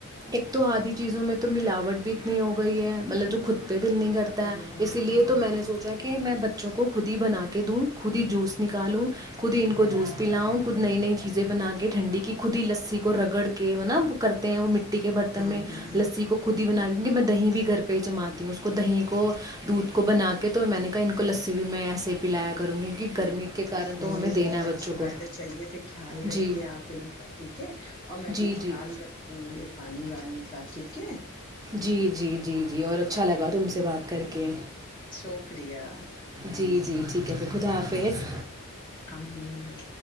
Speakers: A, on the right; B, on the left.
A: ایک تو آدھی چیزوں میں تو ملاوٹ بھی اتنی ہو گئی ہے مطلب جو خود دل نہیں کرتا
B: ہوں
A: ہے
B: ہوں
A: اسی لیے
B: ہوں
A: تو میں نے سوچا کہ میں بچ بچوں کو خود ہی بنا کے دوں خود ہی جوس نکالوں خود ہی ان کو جوس پلاؤ خود نئی نئی چیزیں بنا کے ٹھنڈی کی خود ہی لسی رگڑ کے م نا وہ کرتے ہیں وہ مٹی مٹی کے برن
B: ہوں
A: میں
B: ہوں
A: لسی
B: ہ
A: کو خود ہی بنا کے کیکہ میں دہی بھی گھر پہ ہی جماتی ہوں اس کو دہی کو دودھ کو بنا کے تو میں نے کہا ان کو لسی بھی میں ایسے پلایا کروں گی کہہ گرمی کے کارن تو
B: نہیں
A: ہمیں
B: نہیں
A: دینا
B: بہت
A: ہے
B: اچھی
A: بچوں کو
B: بات ہے چلیے پھر خیال
A: جی
B: رکھیے آپ ان کا ٹھیک ہے اور میں
A: جی
B: بھی خیال
A: جی
B: رکھوں گی یہ پانی وانی کا ٹھیک ہے
A: جی جی جی جی اور اچھا لگا
B: ٹھیک
A: تم
B: ہے
A: سے بات کر کے
B: شکریہ
A: جی جی ٹھیک اوک پے خدا حافظ
B: آمین